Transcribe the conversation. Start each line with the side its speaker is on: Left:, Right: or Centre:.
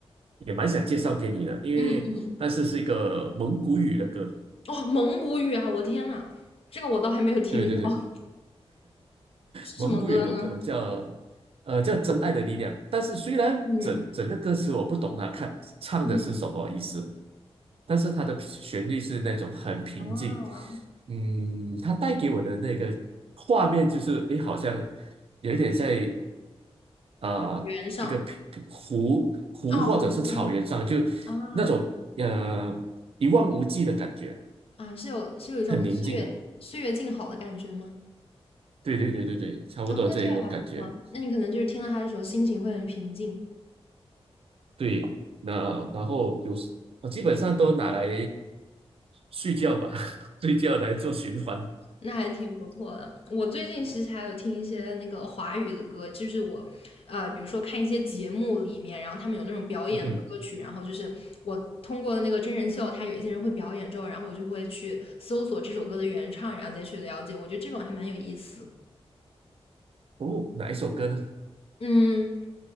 Right: 也蛮想介绍给你的，因为但是是一个蒙古语的歌。
Left: 嗯，哦，蒙古语啊，我天呐，这个我倒还没有听过。
Right: 对对对。
Left: 是什么嗯歌呢？
Right: 蒙古语的歌叫呃叫《真爱的力量》，但是虽然整整个歌词我不懂啊，
Left: 嗯
Right: 看唱的是什么意思，
Left: 嗯，
Right: 但是它的旋律是那种很平静，
Left: 啊，
Right: 嗯，它带给我的那个画面就是，诶，好像有一点在啊、
Left: 原上
Right: 呃一个平平湖湖或者是草原上，
Left: 啊，湖边
Right: 就
Left: 啊
Right: 那种呃一望无际的感觉，
Left: 啊，是有是有一种很岁月岁月静好的感觉吗？
Right: 很宁静的，对对对对对，差不多这一种感觉。
Left: 啊，那这个还不错，那你可能就是听到它的时候心情会很平静，
Right: 对，那然后就是我基本上都拿来睡觉吧，<laughs> 睡觉来做循环。
Left: 那还挺不错的。我最近其实还有听一些那个华语的歌，就是我呃，比如说看一些节目里面，然后他们有那种表演的歌曲，
Right: 嗯哼，
Left: 然后就是我通过那个真人秀，他有一些人会表演之后，然后我就会去搜索这首歌的原唱，然后再去了解，我觉得这种还蛮有意思。
Right: 哦，哪一首歌呢？
Left: 嗯